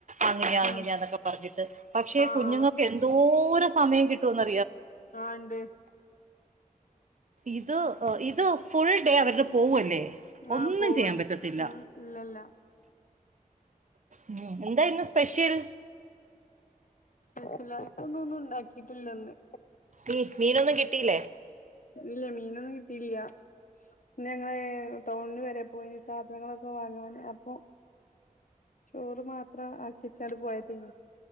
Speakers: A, on the right; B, on the left.
A: അങ്ങനെയാ
B: ആ
A: ഇങ്ങനെയാന്നൊക്ക പറഞ്ഞിട്ട്. പക്ഷെ,
B: ആ
A: കുഞ്ഞുങ്ങക്കെന്തോര
B: ആ
A: സമയം കിട്ടൂന്ന്
B: ആ. ണ്ട്
A: ഇത് ഇത് ഫുൾ ഡേ <unintelligible> പോവ്വല്ലേ. ഒന്നും
B: ആ പോവാണ്
A: ചെയ്യാമ്പറ്റത്തില്ല.
B: ഉം ഇല്ലല്ല
A: ഉം. എന്തായിന്നു സ്പെഷ്യൽ?
B: സ്പെഷലായിട്ടൊന്നു ഒന്നുണ്ടാക്കിട്ടില്ലന്ന്.
A: ഇ മീനൊന്നും കിട്ടീല്ലേ?
B: ല്ല. മീനൊന്നും കിട്ടീല്ല്യ. ന്ന് ഞങ്ങള് ടൗൺല് വരെ പോയി സാധനങ്ങളൊക്ക വാങ്ങാന് അപ്പൊ ചോറ് മാത്രാ ആക്ക്യച്ചാട് പോയതായ്നി.